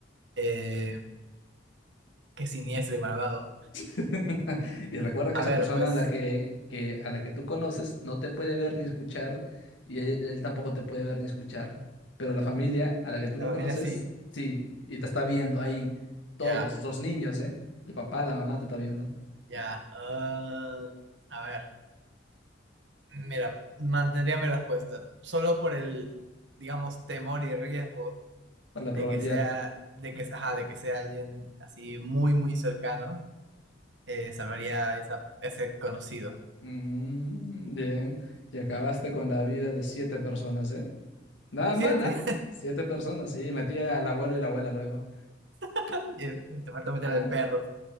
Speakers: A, on the right; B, on the left.
A: eh, qué siniestro y malvado.
B: <laughs> Y recuerda que
A: A
B: esa
A: ver,
B: persona
A: pues,
B: a la que, que- a la que tú conoces no te puede ver ni escuchar y él, él tampoco te puede ver ni escuchar. Pero la familia a la que tú
A: la
B: no
A: familia
B: conoces,
A: sí,
B: sí, y te está viendo ahí todos,
A: ya,
B: los niños, ¿eh? El papá, la mamá te está viendo,
A: ya, ah, a ver, mira, mantendría mi respuesta, solo por el, digamos, temor y riesgo
B: por la
A: de
B: probabilidad.
A: que sea, de que, ajá, de que sea alguien así muy, muy cercano, eh, salvaría esa, ese conocido.
B: Mm, bien, y acabaste con la vida de siete personas, ¿eh? Nada
A: Siete,
B: mal, ¿ah? Siete personas, sí, metí al abuelo y la abuela luego.
A: <laughs> Ay, eh, te falta meter
B: Ah.
A: al perro.